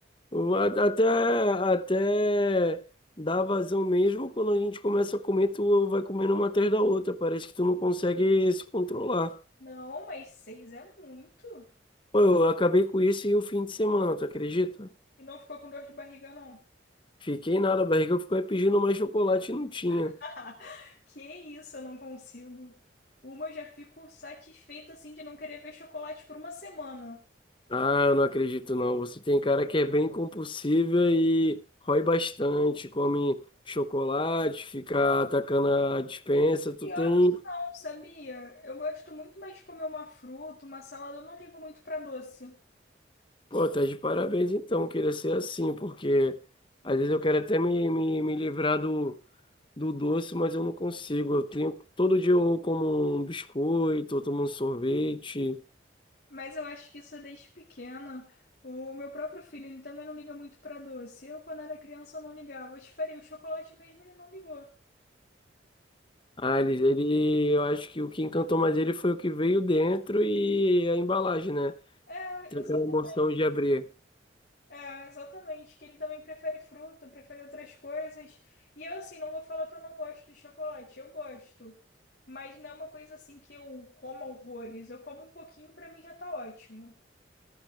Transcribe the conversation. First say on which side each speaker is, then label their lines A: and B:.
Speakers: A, on the left (about 25°); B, on the left (about 55°).
A: Eu a- Até, até dá vazão mesmo, quando a gente começa a comer, tu vai comendo uma atrás da outra. Parece que tu não consegue se controlar.
B: Não, mas seis é muito.
A: Pô, eu acabei com isso em um fim de semana, tu acredita?
B: E não ficou com dor de barriga, não.
A: Fiquei nada, a barriga ficou aí pedindo mais chocolate e não tinha.
B: <laughs> Que isso, eu não consigo. Uma eu já fico satisfeita, assim, de não querer ver chocolate por uma semana.
A: Ah, eu não acredito não. Você tem cara que é bem compulsiva e rói bastante, come chocolate, fica atacando a dispensa. Tu
B: Pior
A: tem.
B: Não sabia? Eu gosto muito mais de comer uma fruta, uma salada. Eu não ligo muito pra doce.
A: Pô, tá de parabéns então, queria ser assim, porque às vezes eu quero até me, me, me livrar do, do doce, mas eu não consigo. Eu tenho, todo dia eu como um biscoito, eu tomo um sorvete.
B: Mas eu acho que isso é desde pequena. O meu próprio filho, ele também não liga muito pra doce. Eu, quando era criança, não ligava. Eu te faria o chocolate mesmo, ele não ligou.
A: Ah, ele, ele- eu acho que o que encantou mais ele foi o que veio dentro e a embalagem, né?
B: É,
A: Tem
B: exata-
A: aquela emoção de abrir.
B: é, exatamente. Que ele também prefere fruta, prefere outras coisas. E eu, assim, não vou falar que eu não gosto de chocolate. Eu gosto. Mas não é uma coisa assim que eu como horrores. Eu como um pouquinho, pra mim já tá ótimo.